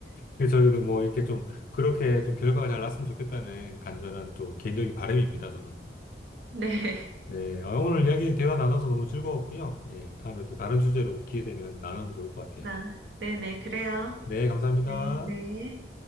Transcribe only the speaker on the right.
네. <laughs>
나, 네네, 그래요.
네, 네.